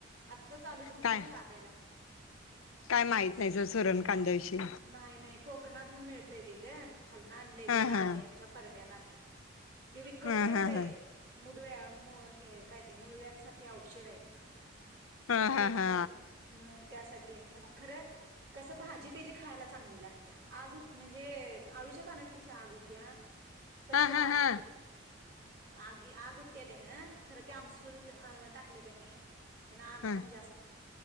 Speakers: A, on the right; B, on the left.
A: आत्ता चालू झाली
B: काय
A: नाही लागायला मग
B: काय माहित नाही
A: सुरण
B: ज कांद्याविषयी
A: नाही नाही आ दुकानात मिळतय की ग खालना आणले
B: हा
A: ते लावले
B: हा
A: आमच्या परड्यात. ताम्मी ते विकत
B: हा
A: मिळत
B: हा
A: ये
B: हा
A: मुदव्या म हे काय ते मुळव्यासाठी औषध आहे ते
B: हा हा
A: ते उठत
B: हा
A: नइ मग त्यासाठी मग खर कस भाजी तेजी खायला चांगली लाग आगहूत म्हणजे आळूच्या पानाची कशी आग होत्यात तशी
B: हा
A: आग
B: हा
A: हुत्या
B: हा
A: आगी आग हूत्याात ना खर ते आमसूल अ टाकलेत तने त्यान आग
B: ह
A: पण जास्त